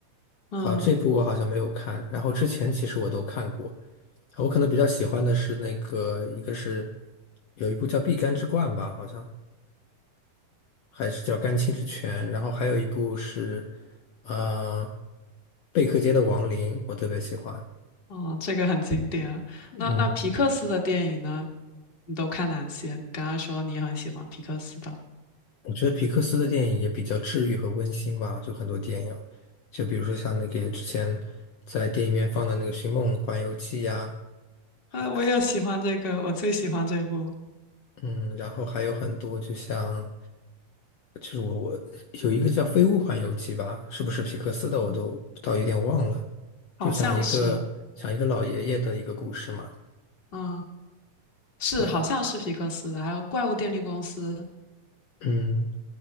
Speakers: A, on the left (about 25°); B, on the left (about 70°).
A: 嗯。
B: 好像这部我好像没有看。然后之前其实我都看过，我可能比较喜欢的是那个，一个是有一部叫《碧干之冠》吧，好像还是叫《甘青之泉》，然后还有一部是，呃，《贝克街的亡灵》，我特别喜欢。
A: 哦，这个很经典啊那那皮克斯的电影呢？
B: 嗯，
A: 你都看哪些？你刚刚说你也很喜欢皮克斯的，
B: 我觉得皮克斯的电影也比较治愈和温馨吧，就很多电影，就比如说像那个之前在电影院放的那个《寻梦环游记》呀，还
A: 呃，我也喜欢这个，我最喜欢这部，
B: 嗯，然后还有很多，就像就是我我有一个叫《飞屋环游记》吧，是不是皮克斯的，
A: 嗯，
B: 我都倒有点忘了，
A: 好像是，
B: 就讲一个讲一个老爷爷的一个故事嘛，
A: 嗯，是好像是皮克斯的，
B: 对。
A: 还有《怪物电力公司》。
B: 嗯，